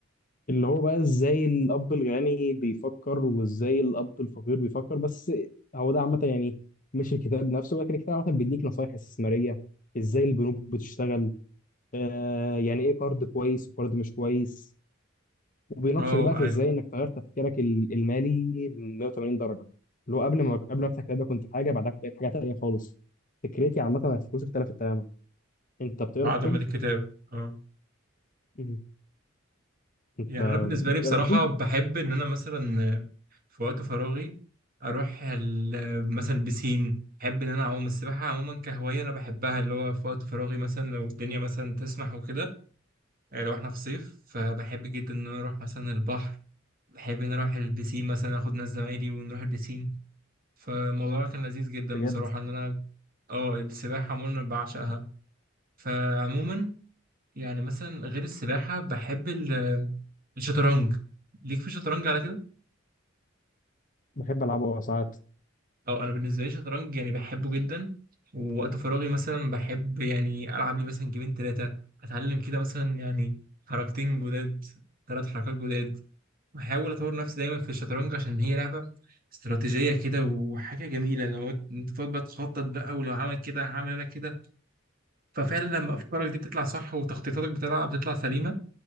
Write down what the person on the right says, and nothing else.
اه
ايوه
بعد
ما دي الكتاب اه
يعني انا بالنسبه
لي بصراحه
بحب ان انا مثلا آه، في وقت فراغي اروح ال- آه، مثلا بسين بحب ان انا اعوم السباحه عموما كهوايه انا بحبها اللي هو في وقت فراغي مثلا لو الدنيا مثلا تسمح وكده يعني لو احنا في صيف فبحب جدا ان انا اروح مثلا البحر بحب ان أنا اروح البسين مثلا اخد ناس زمايلي ونروح البسين فالموضوع كان لذيذ جدا
بصراحة إن أنا آه السباحة عموما أنا بعشقها فعموما يعني مثلا غير السباحة بحب ال- الشطرنج ليك في الشطرنج على كده؟
أو أنا بالنسبة لي الشطرنج يعني بحبه جدا ووقت فراغي مثلا بحب يعني ألعب لي مثلا جيمين تلاتة أتعلم كده مثلا يعني حركتين جداد تلات حركات جداد بحاول أطور نفسي دايما في الشطرنج
عشان هي لعبة استراتيجية كده وحاجة جميلة لو أنت تقعد بقى تخطط بقى ولو عمل كده هعمل أنا كده ففعلا لما افكارك دي بتطلع صح وتخطيطاتك بتطلع بتطلع سليمه